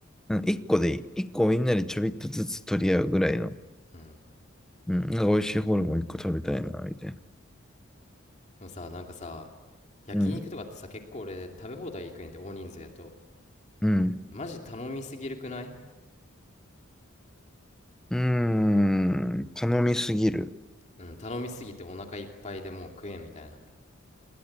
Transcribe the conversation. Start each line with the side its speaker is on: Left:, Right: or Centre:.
Centre: うん、一個でいい。一個みんなでちょびっとずつ取り合うぐらいの。
Left: うん
Centre: うん、なんか美味しいホルモン一個食べたいな、みたいな。
Left: でもさ、なんかさ、焼肉とかってさ、
Centre: うん、
Left: 結構俺食べ放題行くねんって大人数やと。
Centre: うん。
Left: マジ頼みすぎるくない
Centre: うーん、頼みすぎる。
Left: うん、頼みすぎてお腹いっぱいでもう食えんみたいな。